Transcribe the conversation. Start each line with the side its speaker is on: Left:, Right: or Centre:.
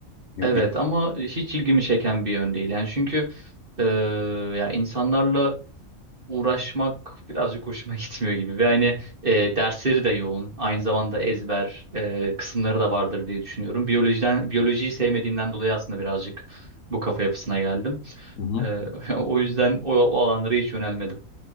Left: Bir-
Right: evet
Left: bir-
Right: ama hiç ilgimi çeken bir yön değil yani çünkü e, ya insanlarla uğraşmak birazcık hoşuma gitmiyor gibi ve hani e, dersleri de yoğun aynı zamanda ezber e, kısımları da vardır diye düşünüyorum. Biyolojiden biyolojiyi sevmediğimden dolayı aslında birazcık bu kafa yapısına geldim.
Left: Hı hı.
Right: E, <laughs> o yüzden o, o alanlara hiç yönelmedim.